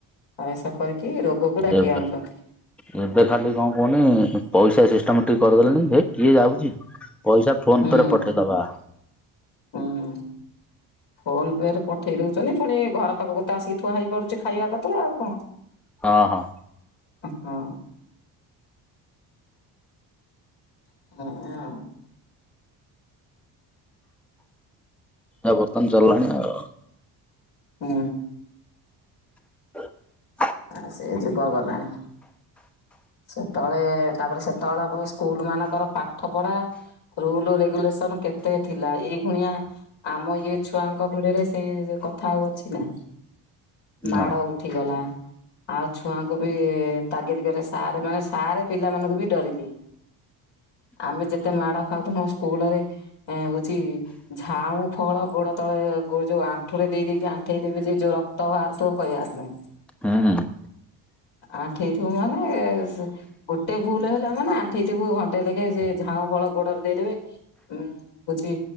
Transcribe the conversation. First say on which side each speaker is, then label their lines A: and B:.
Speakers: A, on the left; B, in the centre.
A: ଅଏସ କରିକି ରୋ ରୋଗକୁ ଡାକି
B: ଏବେ
A: ଆଣୁଛନ୍ତି।
B: ଏବେ ଖାଲି କଣ କୁହନି ପଇସା ସିଷ୍ଟମ୍ ଠିକ୍ କରିଦେଲେଣିି କିଏ ଯାଉଛି। ପଇସା ଫୋନ
A: ହୁଁ
B: ପେରେ ପଠେଇଦବା।
A: ହୁଁ। ଫୋନ ପେରେ ପଠେଇ ଦଉଛନ୍ତି ପୁଣି ଘର ପାଖକୁ ତ ଆସିକି ଥୁଆ ହେଇପାରୁଛି ଖାଇବାପତ୍ର ଆଉ କଣ?
B: ହଁ ହଁ।
A: ଅ ହଁ। <unintelligible>
B: ଆ ବର୍ତ୍ତମାନ ଚାଲିଲାଣି ଆଉ।
A: ହୁଁ।
B: <inaudible>
A: ଆ ସେ ଯୁଗ ଗଲାଣି। ସେତେବେଳେ ତାପରେ ସେତେବେଳେ ସ୍କୁଲମାନଙ୍କର ପାଠ ପଢା। ରୁଲ ରେଗୁଲେସନ କେତେ ଥିଲା ଏଇ ଖୁଣିଆ ଆମ ଇଏ ଛୁଆଙ୍କ ପିଢିରେ ସେଇ କଥା ଆଉ ଅଛି ନା। ମାଡ଼
B: ନା
A: ଉଠିଗଲା। ଆଉ ଛୁଆଙ୍କୁ ବି ତାଗିରି କରେ ସାରେ ମାନେ ସାରେ ପିଲାମାନଙ୍କୁ ବି ଡରିଲେ। ଆମେ ଯେତେ ମାଡ ଖାଉଥିଲୁ ସ୍କୁଲରେ, ହଉଚି ଝାଉଁ ଫଳ ଗୋଡ ତଳେ ଯୋଉ ଆଣ୍ଠୁରେ ଦେଇଦେଇକି ଆଣ୍ଠେଇ ଦେବେ ଯେ, ଯୋଉ ରକ୍ତ ବାହାରୁଥିବ, କହିବାର ନାହିଁ।
B: ହୁଁ ହୁଁ।
A: ଆଣ୍ଠେଇ ଥିବୁ ମାନେ ସେ ଗୋଟେ ଭୁଲ ହେଲା ମାନେ, ଆଣ୍ଠେଇଥିବୁ ଘଣ୍ଟେ ଲେଖେ, ସେ ଝାଉଁ ଫଳ ଗୋଡରେ ଦେଇଦେବେ, ଉଁ ହଉଚି